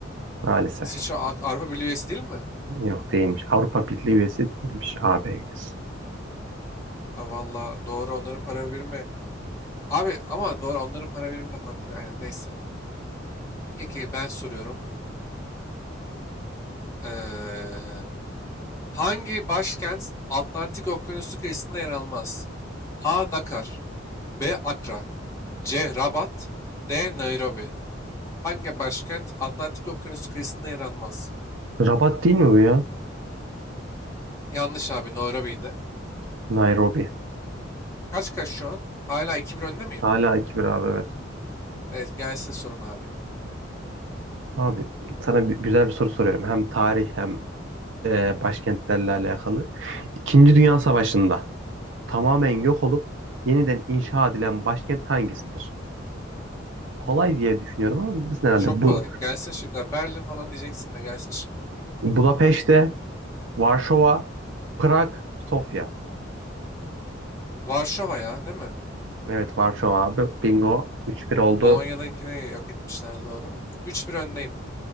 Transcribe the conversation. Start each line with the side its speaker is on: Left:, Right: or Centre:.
Right: Maalesef.
Left: İsviçre Ak- Avrupa Birliği üyesi değil mi?
Right: Yok değilmiş. Avrupa Birliği üyesi değilmiş. AB üyesi.
Left: Ha, valla doğru onların para birimi. Abi ama doğru onların para birimi de farklı değil. Aynen neyse. Peki ben soruyorum. Eee, hangi başkent Atlantik Okyanusu kıyısında yer almaz? A. Dakar B. Akra C. Rabat D. Nairobi Hangi başkent Atlantik Okyanusu kıyısında yer almaz?
Right: Rabat değil mi bu ya?
Left: Yanlış abi Nairobi'ydi.
Right: Nairobi.
Left: Kaç kaç şu an? Hala iki 1 önde miyim?
Right: Hala 2-1 abi evet.
Left: Evet gelsin sorun abi.
Right: Abi sana bir, güzel bir soru soruyorum. Hem tarih hem e, başkentlerle alakalı. İkinci Dünya Savaşı'nda tamamen yok olup yeniden inşa edilen başkent hangisidir? Kolay diye düşünüyorum ama bilirsin herhalde.
Left: Çok kolay.
Right: Bu
Left: Gelsin şıklar. Berlin falan diyeceksin de gelsin şıklar.
Right: Budapeşte, Varşova, Prag, Sofya.
Left: Varşova ya değil mi?
Right: Evet Varşova abi. Bingo. 3-1 oldu.
Left: Polonya'dakini yok etmişler doğru. Üç 1 öndeyim.